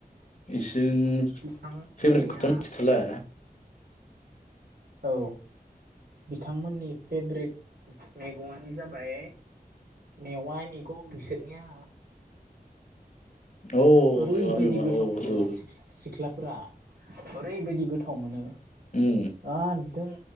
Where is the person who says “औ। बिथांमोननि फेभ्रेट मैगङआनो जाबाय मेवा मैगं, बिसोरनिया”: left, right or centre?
Right